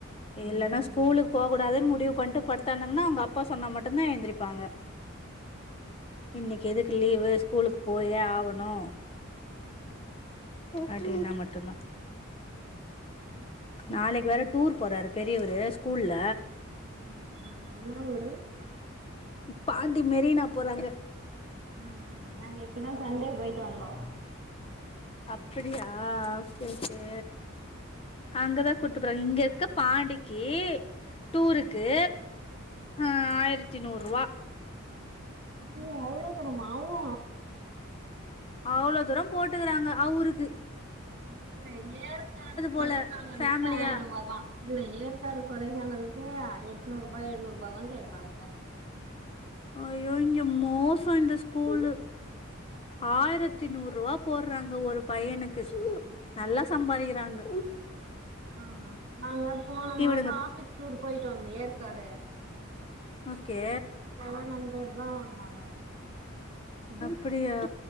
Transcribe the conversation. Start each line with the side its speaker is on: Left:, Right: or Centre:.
Left: இல்லன்னா ஸ்கூலுக்கு போ கூடாதுன் முடிவு பண்டு படுத்தானங்ன்னா அவ்ங்க அப்பா சொன்னா மட்டுந்தா எந்திரிப்பாங்க இன்னைக்கி எதுக்கு லீவு ஸ்கூலுக்கு போயே ஆவணு அடின்னா மட்டுந்தா நாளைக்கி வேற டூர் போறாரு பெரியவரு ஸ்கூல்ல
Right: ஆ ஆ என்னா ஊரு
Left: பாண்டி மெரினா போறாங்க
Right: ம் ம் நாங்க இப்பதா சண்டே போயிட்டு வந்தோ
Left: அப்படியா ஓகே ஓகே அங்கதா கூட்டு போறாங்க இங்க இருக்க பாண்டிக்கி டூருக்கு ஆ ஆயிரத்தி நூறுவா
Right: ஓ அவ்ளோ தூரமா ஆவ்வு
Left: அவ்ளோ தூரோ போட்டுக்குறாங்க அவ்ருக்கு
Right: இல்ல ஏற்காடு
Left: போல
Right: கொடைக்கானல்கே
Left: ஃபேமிலியா
Right: ஆயிருவா தா இல்ல ஏற்காடு கொடைகானலுக்கே எட்நூறு ருபா எழ்நூறு ருபா தா கேக்குறாங்க
Left: அயோ இங்க மோசோ இந்த ஸ்கூலு ஆயிரத் த்தி நூறுவா போடுறாங்க ஒரு பையனுக்கு நல்லா சம்பாறிக்கிறாங்க
Right: ஆ நாங்க போன மாசோ
Left: இவனுங்க
Right: ஆபிஸ் டூர் போயிட்டு வந்தோ ஏற்காடு
Left: ஓகே
Right: செவன் ஹண்ட்ரட் தா வாங்கனாங்க ம்
Left: அப்டியா